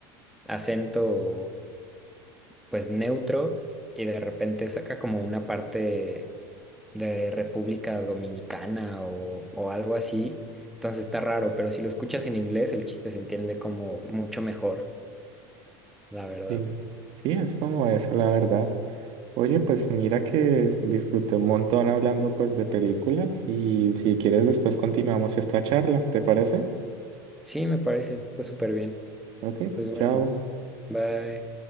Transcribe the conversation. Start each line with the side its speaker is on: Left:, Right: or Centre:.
Centre: acento pues neutro y de repente saca como una parte de República Dominicana o, o algo así. Entonces está raro, pero si lo escuchas en inglés, el chiste se entiende como mucho mejor, la verdad.
Right: Y sí, es como eso, la verdad. Oye, pues mira que disfruté un montón hablando pues de películas y si quieres después continuamos esta charla, ¿te parece?
Centre: Sí, me parece, está súper bien.
Right: Ok,
Centre: Pues
Right: chao.
Centre: bueno, bye.